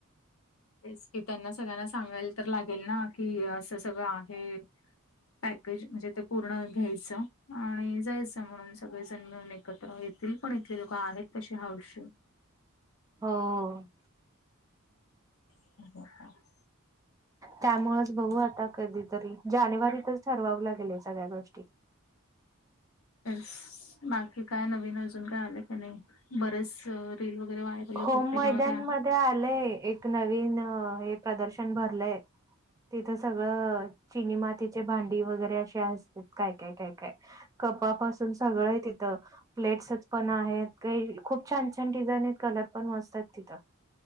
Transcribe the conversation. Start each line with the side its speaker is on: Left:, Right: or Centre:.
Left: तेच की त्यांना सगळ्यांना सांगायला तर लागेल ना कि असं सगळं आहे. पॅकेज म्हणजे ते पूर्ण घ्यायचं आणि जायचं म्हणून सगळे जण मिळून. एकत्र येतील पण इथले लोक आहेत तशी हाऊशी.
Right: हो.
Left: ह ह ह <unintelligible>
Right: त्यामुळेच बघू आता कधीतरी जानेवारीतच ठरवाव लागेलं सगळ्या गोष्टी.
Left: स बाकी काय नवीन अजून काय आले का नाही बरेच वगैरे होत
Right: होम
Left: त्याच्यामध्ये
Right: मैदानमध्ये आलेय एक नवीन हे प्रदर्शन भरलेय. तिथं सगळं चिनी मातीचे भांडी वगैरे असे असते काय काय काय काय. कपापासून सगळं आहे तिथं प्लेट्सच पण आहेत काही खूप छान छान डिझाईन आहेत. कलर पण मस्त आहेत तिथं.